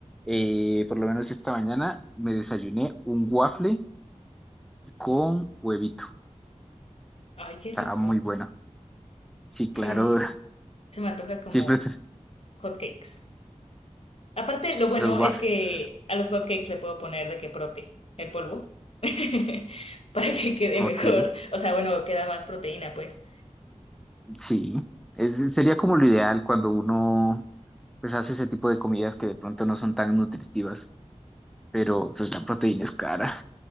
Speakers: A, in the centre; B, on the left.
A: Eh, por lo menos esta mañana me desayuné un waffle con huevito.
B: Ay, qué
A: Estaba
B: rico.
A: muy bueno. Sí, claro,
B: Sí, se me antoja como
A: <laughs> siempre te-
B: hot cakes. Aparte, lo bueno
A: los waffles.
B: es que a los hotcakes le puedo poner de que prote, el polvo, <laughs> para que quede
A: Ok,
B: mejor. O sea, bueno, queda más proteína, pues.
A: sí. Es, sería como lo ideal cuando uno pues hace ese tipo de comidas que de pronto no son tan nutritivas, pero pues la proteína es cara.